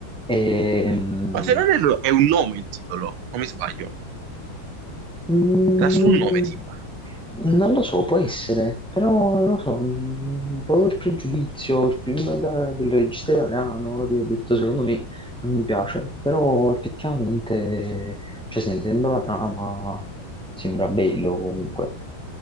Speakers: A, in the centre; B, on the right.
A: Ehm,
B: Ma se non erro è un nome il titolo, o mi sbaglio?
A: mm,
B: Era solo un nome tipo.
A: non lo so, può essere, però non lo so, mm, un po' per pregiudizio, il film da- del regista italiano, capito? Ho detto secondo me non mi piace, però effettivamente, cioè, sentendo la trama, sembra bello comunque,